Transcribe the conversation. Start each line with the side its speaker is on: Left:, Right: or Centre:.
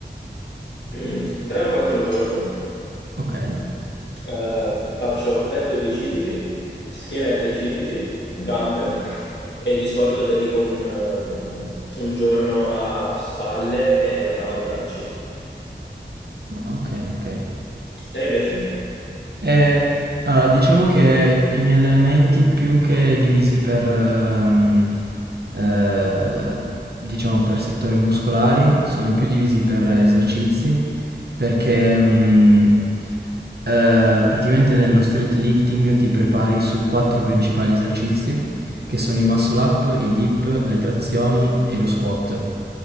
Left: <clears throat> Tre o quattro giorni.
Right: Ok.
Left: Eh, faccio petto e bicipiti, schiena e tricipiti, gambe e di solito dedico un, ehm, un giorno a spalle e avambracci.
Right: Ah, Ok, ok.
Left: Te invece?
Right: Eh, allora, diciamo che i miei allenamenti più che divisi per, ehm, eh, diciamo per settori muscolari, sono più divisi per esercizi, perché mm, eh, praticamente nello street lifting ti prepari su quattro principali esercizi, che sono i muscle up, i dip, le trazioni e lo squat.